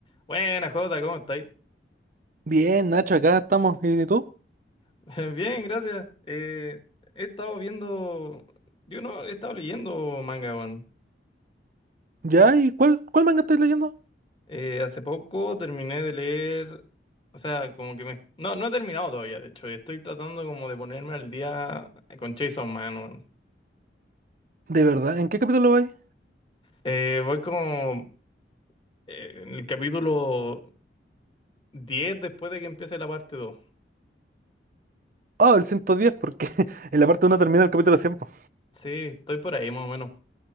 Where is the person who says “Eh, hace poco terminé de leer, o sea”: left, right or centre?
Left